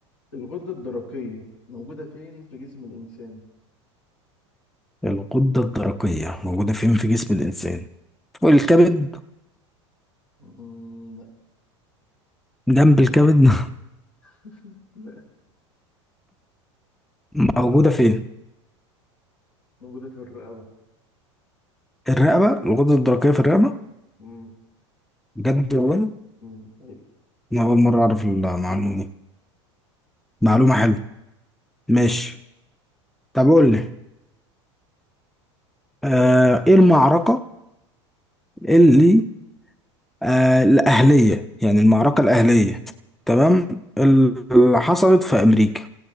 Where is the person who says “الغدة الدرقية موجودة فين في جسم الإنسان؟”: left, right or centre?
Left